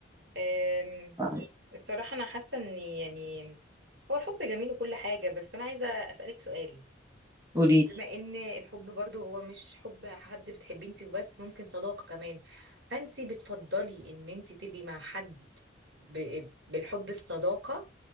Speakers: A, on the right; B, on the right.
A: أم.
B: فاهمة.
A: الصراحة أنا حاسة إن يعني هو الحب جميل وكل حاجة بس أنا عايزة أسألك سؤال
B: قولي
A: يعني بما
B: لي
A: إن الحب برضو هو مش حب حد بتحبيه أنت وبس ممكن صداقة كمان فأنت بتفضلي إن أنت تبقي مع حد ب... بالحب الصداقة